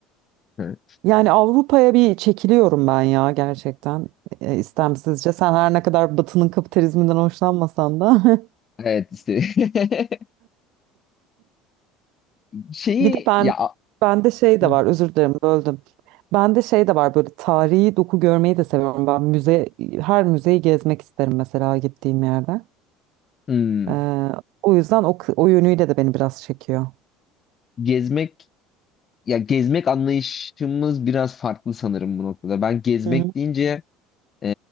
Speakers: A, on the left; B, on the right.
A: Hı.
B: Yani Avrupa'ya bir çekiliyorum ben ya gerçekten e, istemsizce. Sen her ne kadar Batı'nın kapitalizminden hoşlanmasan da.
A: Evet işte. <laughs>
B: <laughs>
A: Şeyi
B: Bir de ben
A: ya a-
B: bende şey de
A: Hı.
B: var özür dilerim böldüm. Bende şey de var böyle tarihi doku görmeyi de seviyorum. Ben müze her müzeyi gezmek isterim mesela gittiğim yerde.
A: Hmm.
B: Ee, o yüzden o, kı- o yönüyle de beni biraz çekiyor.
A: gezmek ya gezmek anlayışımız biraz farklı sanırım bu noktada. Ben gezmek
B: Hı hı.
A: deyince e,